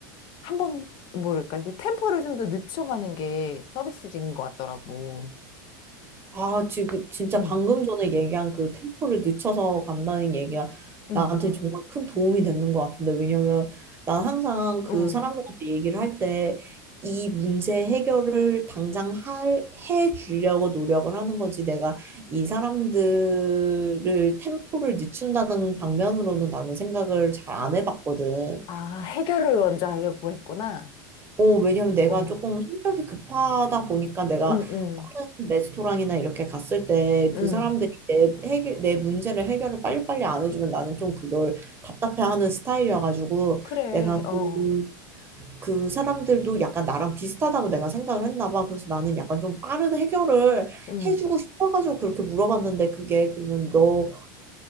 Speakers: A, on the left (about 45°); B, on the right (about 20°).
A: 한 번, 뭐랄까, 그 템포를 좀 더 늦춰가는 게 서비스직인 것 같더라고.
B: 아, 지금 진짜
A: 응,
B: 방금 전에 얘기한 그 템포를 늦춰서 간다는 얘기가
A: 응,
B: 나한테 정말 큰 도움이 되는 것 같은데, 왜냐면 난 항상 그
A: 응.
B: 사람들한테 얘기를 할 때 이 문제 해결을 당장 할, 해 주려고 노력을 하는 거지. 내가 이 사람들을 템포를 늦춘다는 방면으로는 나는 생각을 잘 안 해봤거든.
A: 아, 해결을 먼저 하려고 했구나.
B: 어, 왜냐면 내가
A: 어,
B: 조금 성격이 급하다 보니까 내가
A: 응, 응,
B: 다른 레스토랑이나 이렇게 갔을 때
A: 응.
B: 그 사람들이 내, 해결, 내 문제를 해결을 빨리빨리 안 해주면 나는 좀 그걸 답답해하는 스타일이어가지고
A: 그래,
B: 내가 그,
A: 어,
B: 그 사람들도 약간 나랑 비슷하다고 내가 생각을 했나 봐. 그래서 나는 약간 좀 빠른 해결을
A: 응,
B: 해주고 싶어가지고 그렇게 물어봤는데 그게 그러면 너가